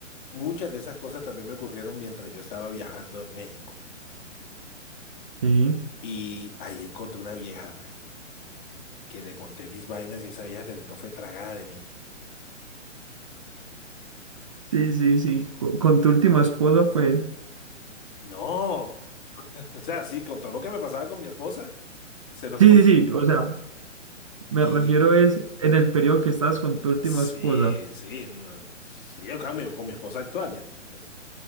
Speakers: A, on the left; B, on the right.
A: muchas de esas cosas también me ocurrieron mientras yo estaba viajando en México.
B: Sí,
A: Y ahí encontré una vieja, man, que le conté mis vainas y esa vieja terminó fue tragada de mí.
B: sí, sí, sí, co- con, tu última esposa pues.
A: No. <laughs> O sea, sí, con todo lo que me pasaba con mi esposa, se lo
B: Sí,
A: conté.
B: sí, sí, o sea, me
A: Y
B: refiero es en el periodo que estabas con tu última
A: sí,
B: esposa.
A: sí, no, sí, yo con mi, con mi esposa actual ya. Es-